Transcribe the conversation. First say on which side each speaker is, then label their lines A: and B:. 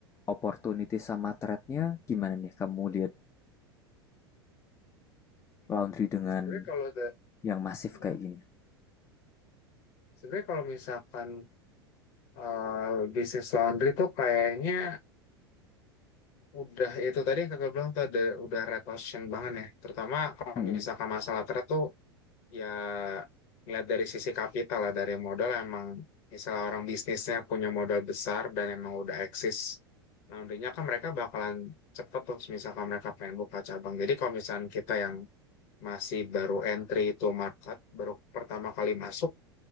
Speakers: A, on the left; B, on the left.
A: opportunity sama threat-nya gimana nih kamu lihat laundry dengan
B: Sebenarnya kalau ada,
A: yang masif
B: Nah,
A: kayak gini?
B: sebenarnya kalau misalkan eh bisnis laundry tuh kayaknya udah itu tadi yang kakak bilang tuh ada udah red ocean banget ya. Terutama kalau
A: mm
B: misalkan masalah thread tuh ya ngeliat dari sisi kapital lah dari modal emang misalnya orang bisnisnya punya modal besar dan emang udah eksis. Laundrynya kan mereka bakalan cepet tuh misalkan mereka pengen buka cabang. Jadi kalau misalkan kita yang masih baru entry itu market baru pertama kali masuk